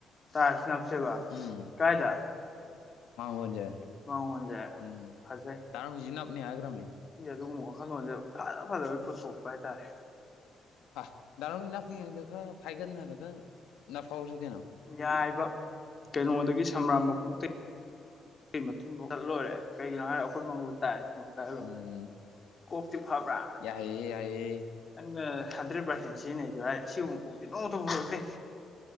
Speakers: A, on the left; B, on the left.
A: ꯇꯥꯏꯁ ꯅꯞꯁꯦꯕꯥ
B: ꯎꯝ
A: ꯀꯥꯏ ꯊ
B: ꯃꯥꯡꯒꯣꯟꯁꯦ
A: ꯥꯡ ꯃꯥꯡꯣꯟꯖ
B: ꯎꯝ
A: ꯐꯖ
B: ꯗꯥ ꯅꯥꯎꯕꯤꯁꯨ ꯅꯞꯅꯤ ꯍꯥꯏꯈ꯭ꯔꯕꯅꯤ
A: ꯑꯗꯨꯒꯨꯝꯕ ꯋꯥꯈꯜꯂꯣꯟꯁꯦ ꯐꯖ ꯐꯖꯕ ꯄꯨꯊꯣꯛꯄ ꯍꯥꯏꯇꯥꯔꯦ
B: ꯑ ꯗꯔꯥꯎ ꯃꯤꯅꯥꯄꯤꯉ ꯍꯥꯏꯗ ꯈꯔ ꯈꯥꯏꯒꯅꯔꯒ ꯅ ꯐꯥꯎꯁꯨ ꯀꯩꯅꯣ
A: ꯌꯥꯏꯕ ꯀꯩꯅꯣꯗꯒꯤ ꯁ꯭ꯔꯥꯝ ꯃꯈꯨ ꯀ ꯃꯊꯨꯟ ꯃꯈꯨꯈꯠ ꯂꯣꯏꯔꯦ ꯀꯩꯒꯤꯅꯣ ꯍꯥꯏꯔ ꯑꯩꯈꯣꯏ ꯃꯉꯣꯟꯜ ꯇꯥꯏ ꯀꯂꯦ
B: ꯎꯝ
A: ꯀꯣꯛꯇꯤ ꯐꯕ꯭ꯔꯥ
B: ꯌꯥꯏꯌꯦ ꯌꯥꯏꯌꯦ
A: ꯅꯪꯅ ꯍꯟꯗ꯭ꯔꯦꯠ ꯄꯥꯔꯁꯦꯟ ꯁꯤꯖꯤꯟꯅꯩꯁꯨ ꯍꯥꯏ ꯑꯁꯤꯒꯨꯝꯕ ꯄꯣꯛꯇꯦ ꯅꯣꯡꯊꯛꯇꯦ